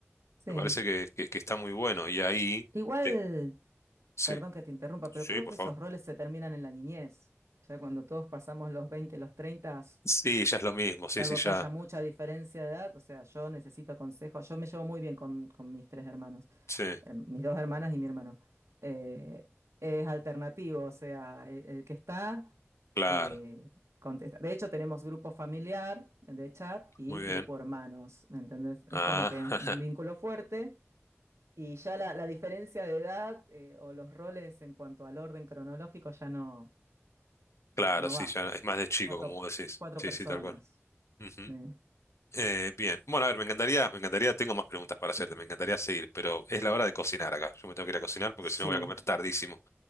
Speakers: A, on the right; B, on the left.
A: Sí.
B: Me parece que, que- que está muy bueno. Y ahí,
A: Igual,
B: te- sí,
A: Perdón que te interrumpa,
B: sí,
A: pero creo
B: por
A: que
B: favor.
A: esos roles se terminan en la niñez. Ya cuando todos pasamos los 20 los 30,
B: Sí, ya es lo mismo, sí,
A: Salvo
B: sí, ya.
A: que haya mucha diferencia de edad, o sea, yo necesito consejos. Yo me llevo muy bien con, con mis tres hermanos,
B: Sí,
A: her- mis dos hermanas y mi hermano. Eh, es alternativo, o sea, el, el que está
B: claro,
A: eh, contesta. De hecho, tenemos grupo familiar de chat y
B: muy bien.
A: grupo hermanos, ¿me entendés? Es
B: Ah,
A: como que un
B: <laughs>
A: vínculo fuerte y ya la, la diferencia de edad eh, o los roles en cuanto al orden cronológico ya no,
B: claro,
A: no
B: sí,
A: va.
B: ya es
A: Son
B: más de chico,
A: cuatro,
B: como vos decís.
A: cuatro
B: Sí,
A: personas.
B: sí, tal cual. Ujú.
A: eh.
B: Eh, bien, bueno, a ver, me encantaría, me encantaría, tengo más preguntas para hacerte, me encantaría seguir, pero es la hora de cocinar acá. Yo me tengo que ir a cocinar porque
A: Sí,
B: si no voy a comer tardísimo.